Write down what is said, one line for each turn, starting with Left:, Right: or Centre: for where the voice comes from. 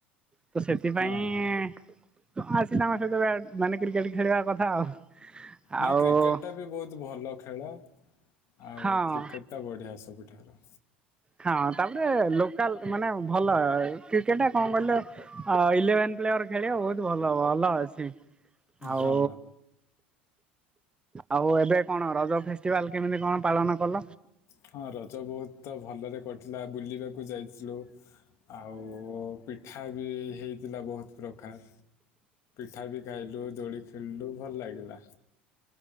Right: ତ ସେଥିପାଇଁ
Left: ହଁ ହଁ
Right: ତ ଆସିଲ ଆମ ସହିତ ବ୍ୟାଟ ମାନେ କ୍ରିକେଟ ଖେଳିବା କଥା ଆଉ। ଆଉ
Left: ନାଇଁ କ୍ରିକେଟ ଟା ବି ବହୁତ ଭଲ ଖେଳ ଆଉ
Right: ହଁ
Left: କ୍ରିକେଟ ଟା ବଢିଆ ସବୁଠାରୁ।
Right: ହଁ ତାପରେ ଲୋକାଲ ମାନେ ଭଲ କ୍ରିକେଟଟା କଣ କହିଲେ ଇଲେଭେନ୍ ପ୍ଲେୟର ଖେଳିବ ବହୁତ ଭଲ ଭଲ ଅଛି। ଆଉ
Left: ହଁ
Right: ଆଉ ଏବେ କଣ ରଜ ଫେଷ୍ଟିଭାଲ କେମିତି କଣ ପାଳନ କଲ?
Left: ହଁ ରଜ ବହୁତ ତ ଭଲରେ ପଟିଲା ବୁଲିବାକୁ ଯାଇ ଥିଲୁ ଆଉ ପିଠା ବି ହେଇଥିଲା ବହୁତ ପ୍ରକାର। ଠା ବି ଖାଇଲୁ ଦୋଳି ଖେଳିଲୁ ଭଲ ଲାଗିଲା।